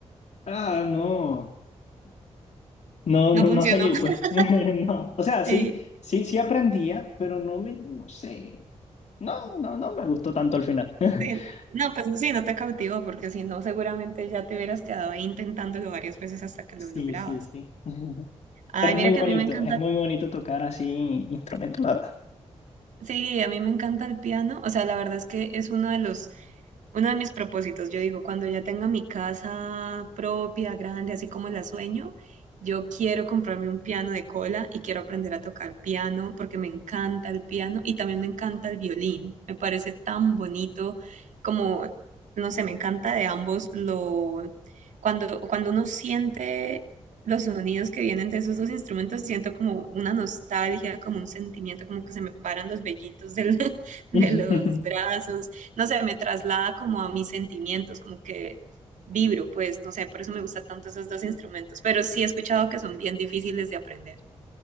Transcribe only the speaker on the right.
No
funcionó.
<laughs>
Sí,
sí.
No, pues sí, no te cautivó, porque si no, seguramente ya te hubieras quedado ahí intentándolo varias veces hasta que
lo lograbas.
Ay,
mira
que a mí me encanta
Sí, a mí me encanta el piano. O sea, la verdad es que es uno de los, uno de mis propósitos. Yo digo, cuando ya tenga mi casa propia, grande, así como la sueño, yo quiero comprarme un piano de cola y quiero aprender a tocar piano porque me encanta el piano y también me encanta el violín. Me parece tan bonito como, no sé, me encanta de ambos lo, cuando, cuando uno siente los sonidos que vienen de esos dos instrumentos, siento como una nostalgia, como un sentimiento, como que se me paran los vellitos del- <laughs> de
los brazos, no sé, me traslada como a mis sentimientos, como que vibro, pues, no sé, por eso me gustan tanto esos dos instrumentos, pero sí he escuchado que son bien difíciles de aprender.